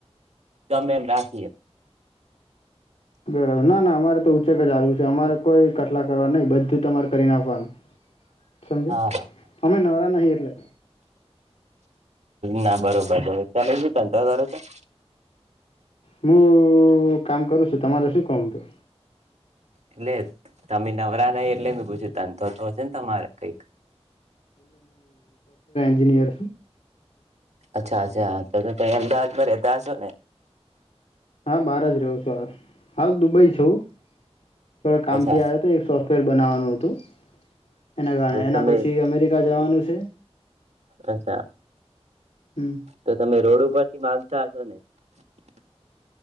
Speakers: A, on the right; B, on the left.
A: ગમે એમ રાખીએ
B: બરાબર ના ના અમારે તો ઉચેક જ ચાલુ છે અમારે કોઈ કટલા કરવા નહી બધું તમારે કરી નાખવાનું સમજીયા
A: હા
B: અમે નવરા નહી એટલે
A: ના બરોબર બરોબર તમે ભી ધંધો કરો શો
B: હું કામ કરુ છું તમામરે શું કામ હતું
A: એટલે તમે નવરા નઈ એટલે મે પૂછું ધંધો તો હશે ને તમારે કઈક
B: એન્જનીયર
A: અચ્છા અચ્છા ત અમદાવાદમાં રહેતા હસો ને!
B: હા બાર જ રહ્યો છ <unintelligible> હાલ દુબઈ છું થોડ કામ
A: અચ્છા
B: થી આવ્યા તો એકસો ફેર બનાવવાનું હતું. એના કારણે એના
A: તમે
B: પછી અમેરિકા જવાનું છે
A: અચ્છા
B: હમ
A: તો તમે રોડ ઉપરથી માગ <unintelligible>